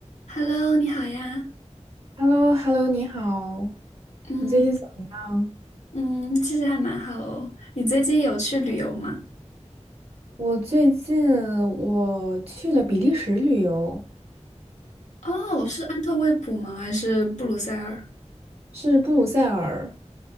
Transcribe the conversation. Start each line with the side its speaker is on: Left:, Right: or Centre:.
Left: Hello，你好呀。
Right: h e l l o h e l l o 你好，
Left: 嗯
Right: 你最近怎么样？
Left: 嗯，其实还蛮好哦。你最近有去旅游吗？
Right: 我最近我去了比利时旅游，
Left: 哦，是安特卫普吗？还是布鲁塞尔？
Right: 是布鲁塞尔。